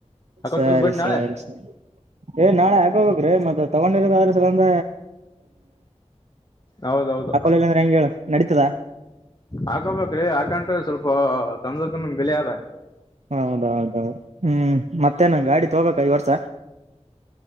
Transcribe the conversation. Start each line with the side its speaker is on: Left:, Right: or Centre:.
Left: ಹಾಕೋತ್ರಿಲ್
Right: ಸರಿ
Left: ಬಿಟ್ ನಾಳೆ
Right: ಸರಿ ಸರಿ ಏ ನಾಳೆ ಹಾಕ ಹಾಕೋಬೇಕ್ರೀ ಮತ್ತ ತಗೊಂಡಿರದಾದ್ರೆ ಸಂದ
Left: ಹೌದೌದು
Right: ಹಾಕೊಳಿಲ್ಲ ಇಲ್ಲ ಅಂದ್ರೆ ಹೆಂಗೆ ಹೇಳು ನೆಡೀತದ
Left: ಹಾಕೋಬೇಕ್ರಿ ಹಾಕಂಡ್ರೆ ಸ್ವಲ್ಪ ತಂದಕನು ಬೆಲೆ ಅದ
Right: ಹೌದೌದ ಹ್ಮ್ ಮತ್ ಮತ್ತೇ ಗಾಡಿ ತಕೊಬೇಕ ಈ ವರ್ಷ